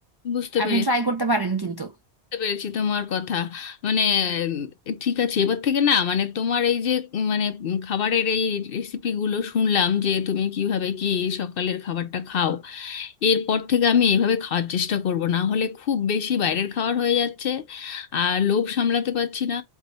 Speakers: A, on the left; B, on the right.
A: বুঝতে
B: আপনি
A: পেরেছি
B: ট্রাই করতে পারেন কিন্তু
A: বুঝতে পেরেছি তোমার কথা মানে উম, ঠিক আছে এবার থেকে না মানে তোমার এই যে উম, মানে উম, খাবারের এই রেসিপিগুলো শুনলাম যে তুমি কিভাবে কি সকালের খাবারটা খাও এরপর থেকে আমি এইভাবে খাওয়ার চেষ্টা করব না হলে খুব বেশি বাইরের খাবার হয়ে যাচ্ছে আর লোভ সামলাতে পারছি না